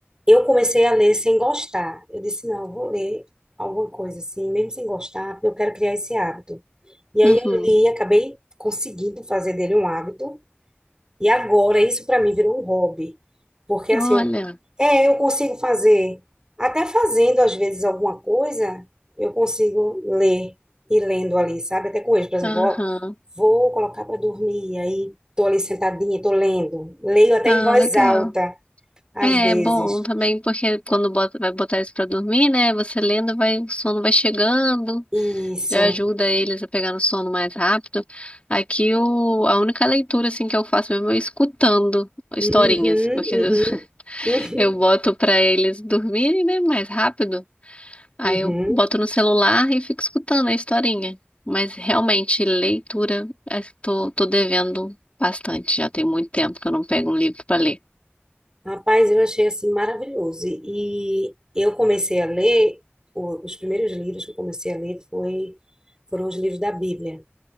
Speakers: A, on the right (about 20°); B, on the left (about 30°).
A: eu comecei a ler sem gostar. Eu disse, não, eu vou ler alguma coisa assim, mesmo sem gostar, porque eu quero criar esse hábito. E aí
B: Uhum.
A: eu li, acabei conseguindo fazer dele um hábito. E agora, isso para mim virou um hobby. Porque assim,
B: Olha.
A: eu, é, eu consigo fazer, até fazendo às vezes alguma coisa, eu consigo ler e lendo ali, sabe? Até com eles, por exemplo,
B: Aham.
A: vou, vou colocar para dormir, aí tô ali sentadinha, tô lendo. Leio até
B: Ah,
A: em voz
B: legal.
A: alta, às
B: É
A: vezes.
B: é bom também, porque quando bota, vai botar isso pra dormir, né? Você lendo, vai, o sono vai chegando.
A: Isso.
B: já ajuda eles a pegar no sono mais rápido. Aqui o, a única leitura assim que eu faço mesmo é escutando historinhas,
A: Uhum,
B: porque
A: uhum,
B: às vezes <laughs>
A: uhum,
B: eu boto pra eles dormirem, né, mais rápido. Aí
A: uhum.
B: eu boto no celular e fico escutando a historinha. Mas realmente leitura, eh, tô, tô devendo bastante. Já tem muito tempo que eu não pego um livro pra ler.
A: Rapaz, eu achei assim maravilhoso. E eu comecei a ler, o- os primeiros livros que eu comecei a ler foi, foram os livros da Bíblia,